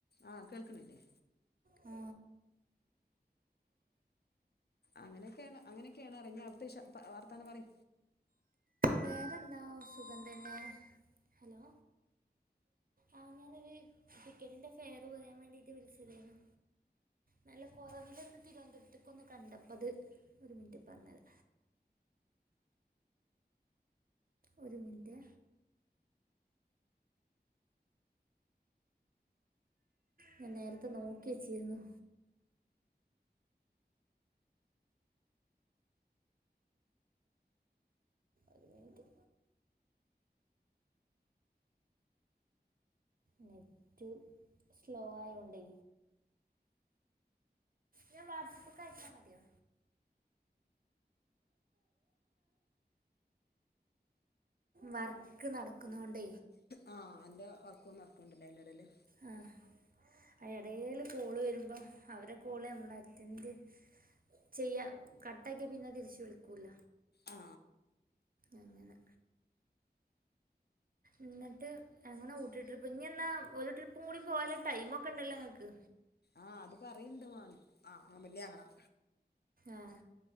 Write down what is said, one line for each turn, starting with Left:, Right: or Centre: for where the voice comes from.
Left: ആ കേൾക്കണില്ലേ
Right: ആ
Left: അങ്ങനെയൊക്കെയാണ് അങ്ങനെയൊക്കെയാണ് ഞ്ഞാ അവിടുത്തെ വാർത്താനം പറി
Right: വേറെന്താ സുഗന്ധ തന്നെ ഹലോ ആ ഞാനൊരു ടിക്കറ്റിന്റെ ഫെയർ പറയാൻ വേണ്ടീട്ട് വിളിച്ചതരുന്നു നല്ല കൊറവില്ലന്ന് തിരുവനന്തപുരത്തേക്ക ഒന്ന് കണ്ടപ്പോ അത് ഒരു മിനിറ്റ് പറഞ്ഞത് ഒരു മിനിറ്റ് ഞാൻ നേരത്തെ നോക്കി വെച്ചീര്ന്നു ഒരു മിനിറ്റ് നെറ്റ് സ്ലോ ആയോണ്ട് ഞാൻ വാട്സ്ആപ്പ് അയച്ചാൽ മതിയോ വർക്ക് നട നടക്കണോണ്ട്
Left: ആ അന്റെ വർക്കും നടക്കുന്നുണ്ടല്ലേ അതിന്റെ ഇടയില്
Right: അ എടേല് കോൾ വരുമ്പം അവരെ <unintelligible> ചെയ്യാ കട്ടാക്കിയ പിന്നെ തിരിച്ചു വിളിക്കൂല
Left: ആ
Right: അങ്ങനെ എന്നിട്ട് എങ്ങനെ ഊട്ടി ട്രിപ്പ് ഇനി എന്നാ ഒരു ട്രിപ്പും കൂടി പോവാല ടൈമ ഒക്കെ ഉണ്ടല്ലോ ങ്ങക്ക്
Left: ആ അത് പറയണ്ട് മാ ആ വല്യ ആ ങ്ങളാ
Right: ആഹ